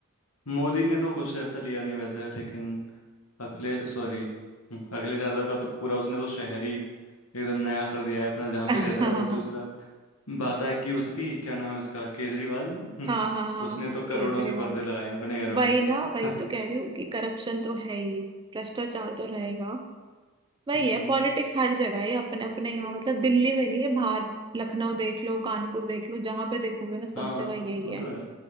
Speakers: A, on the left; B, on the right.
A: मोदी ने तो कुछ ऐसा लिया नहीं वैसे लेकिन अखिलेश सॉरी अखिलेश यादव का तो पूरा उसने तो शहर ही एकदम नया कर दिया है अपना जहाँ
B: <laughs>
A: पे रहता
B: हाँ
A: है और दूसरा बात है कि उसकी क्या नाम है उसका केजरीवाल हम्म,
B: हाँ हाँ
A: उसने तो करोड़ों
B: केजरीवाल
A: के पर्दे लगाए हैं अपने घर में
B: वही ना वही
A: <laughs>
B: तो कह रही हूँ कि करप्शन तो है ही भ्रष्टाचार तो रहेगा वही
A: हम्म
B: है पॉलिटिक्स हर जगह है अपने अपने यहाँ मतलब दिल्ली में नहीं है बाहर लखनऊ देख लो कानपुर देख लो जहां पे देखोगे ना सब
A: हाँ
B: जगह यही
A: वो
B: है
A: तो है